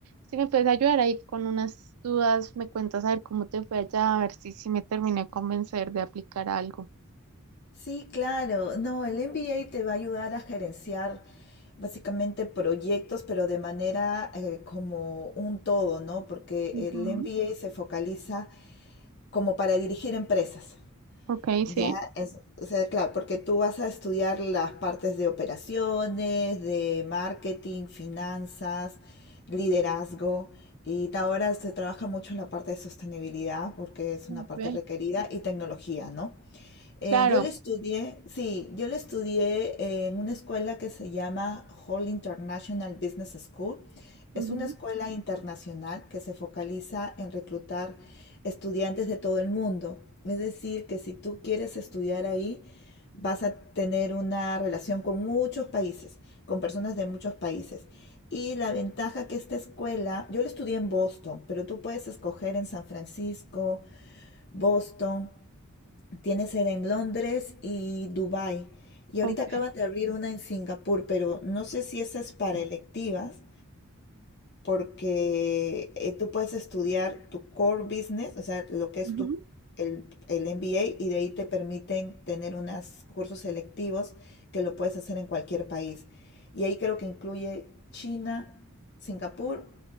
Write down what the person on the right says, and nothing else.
si me puedes ayudar ahí con unas dudas, me cuentas a ver cómo te fue allá, a ver si, si me terminé de convencer de aplicar algo.
Ujú,
Ok, sí,
ok,
claro.
ujú.
Ok.
ujú.